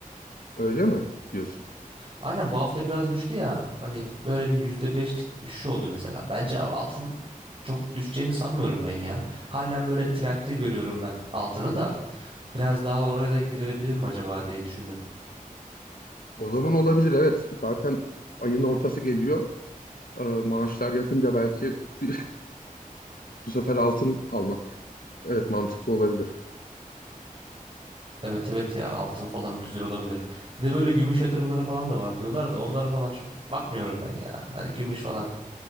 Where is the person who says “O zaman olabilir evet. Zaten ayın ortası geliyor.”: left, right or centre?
Left